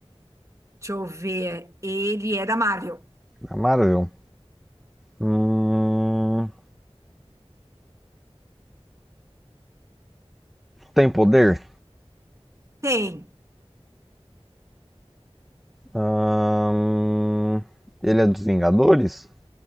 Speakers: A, on the right (about 30°); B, in the centre.
A: Deixa eu ver. Ele é da Marvel.
B: Na Marvel? Hum, tem poder?
A: Tem.
B: Hum, ele é dos Vingadores?